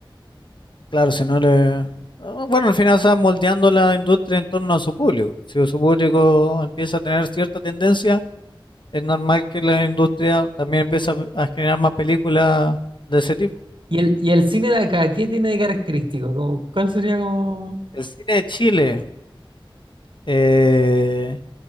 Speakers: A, on the left; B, on the right.
A: Claro, si no le... Ah, Bueno, al final está moldeando la industria en torno a su público. Si su público empieza a tener cierta tendencia, es normal que la industria también empiece a, a generar más películas de ese tipo.
B: ¿Y el, y el cine de acá, qué tiene de característico? Como, ¿cuál sería como...?
A: El cine de Chile, eh,